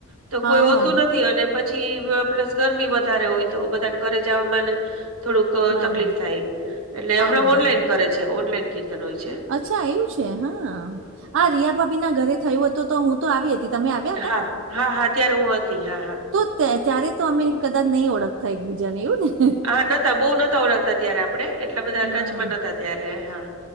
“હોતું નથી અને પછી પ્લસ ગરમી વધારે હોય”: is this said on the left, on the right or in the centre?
Right